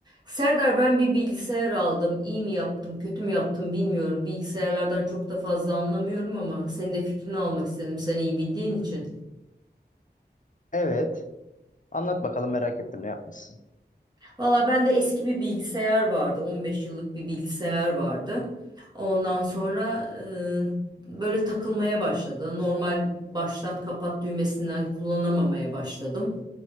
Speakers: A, on the right (about 25°); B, on the left (about 50°).
A: Serdar ben bir bilgisayar aldım. İyi mi yaptım, kötü mü yaptım bilmiyorum. Bilgisayarlardan çok da fazla anlamıyorum ama senin de fikrini almak istedim sen iyi bildiğin için.
B: Evet. Anlat bakalım merak ettim ne yapmışsın.
A: Valla bende eski bir bilgisayar vardı. 15 yıllık bir bilgisayar vardı. Ondan sonra e, böyle takılmaya başladı. Normal başlat kapat düğmesinden kullanamamaya başladım.